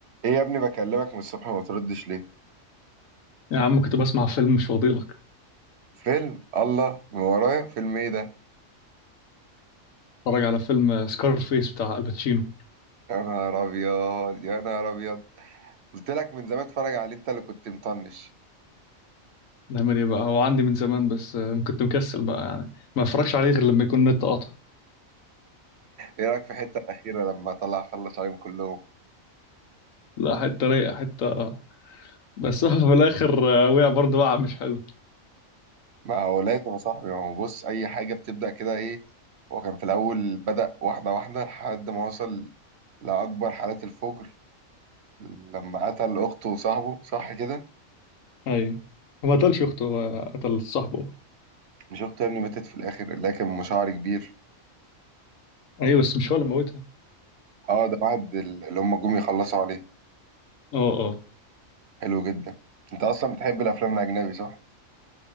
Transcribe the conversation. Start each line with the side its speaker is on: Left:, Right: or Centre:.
Right: ايه يا ابني بكلمك من الصبح ما بتردش ليه
Left: يا عم كنت بسمع فيلم مش فاضيلك
Right: فيلم الله من ورايا فيلم ايه ده
Left: اتفرج على فيلم فيس بتاع الباتشينو
Right: يا نهار ابيض يا نهار ابيض قلت لك من زمان اتفرج عليه انت اللي كنت مطنش
Left: نعمل ايه بقى هو عندي من زمان بس آه، كنت مكسل بقى يعني ما اتفرجش عليه غير لما يكون النت قاطع
Right: ايه رايك في الحته الاخيره لما طلع خلص عليهم كلهم
Left: لا حتة رايقة حتة بس <laughs> هو في الاخر آه، وقع برضه وقع مش حلو
Right: ما هو لازم يا صاحبي ما هو بص اي حاجه بتبدا كده ايه هو كان في الاول بدا واحده واحده لحد ما وصل لاكبر حالات الفجر لما قتل اخته وصاحبه صح كده
Left: اي هو ما قتلش اخته هو قتل صاحبه
Right: مش اخته يا ابني ماتت في الاخر لكن مشاعر كبير
Left: ايوه بس مش هو اللي موتها
Right: اه ده بعد اللي هم جم يخلصوا عليه
Left: اه اه
Right: حلو جدا انت اصلا بتحب الافلام الاجنبي صح